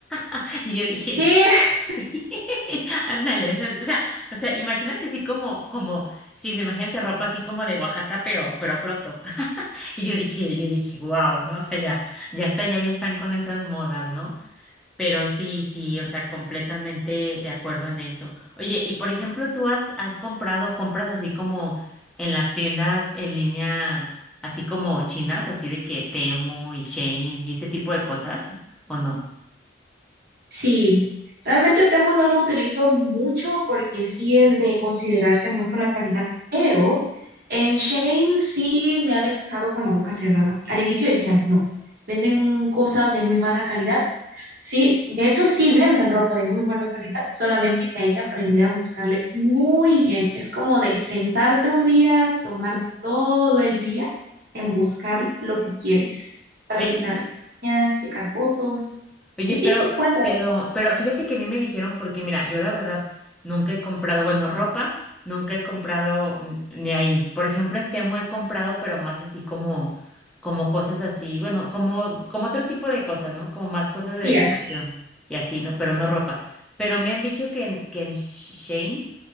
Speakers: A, in the centre; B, on the right.
A: <laughs> Y yo dije,
B: ¿Qué?
A: sí, <laughs> ándale, o sea, o sea, o sea, imagínate así como, como, sí, o sea, imagínate ropa así como de Oaxaca, pero, pero crop top. <laughs> Y yo dije, yo dije, wow, ¿no? O sea, ya, ya está, ya, ya están con esas modas, ¿no? Pero sí, sí, o sea, completamente de acuerdo en eso. Oye, y por ejemplo, ¿tú has, has comprado, compras así como en las tiendas en línea, así como chinas, así de que Temu y Shein y ese tipo de cosas, o no?
B: Sí, realmente Temu no lo utilizo mucho porque sí es de considerarse mucho la calidad, pero en Shane sí me ha dejado con la boca cerrada. Al inicio decía, no, venden cosas de muy mala calidad, Sí, de hecho sí venden ropa de muy buena calidad, solamente que hay que aprender a buscarle muy bien. Es como de sentarte un día, tomar todo el día en buscar lo que quieres, practicar
A: Oye,
B: reseñas, checar fotos,
A: Oye,
B: y
A: pero,
B: sí, sí encuentras.
A: pero, pero fíjate que a mí me dijeron, porque mira, yo la verdad nunca he comprado, bueno, ropa, nunca he comprado n- ni ahí. Por ejemplo, en Temu he comprado, pero más así como, como cosas así, bueno, como, como otro tipo de cosas, ¿no? Como más cosas de
B: Días.
A: decoración y así, ¿no? Pero no ropa. Pero me han dicho que en, que en Shein,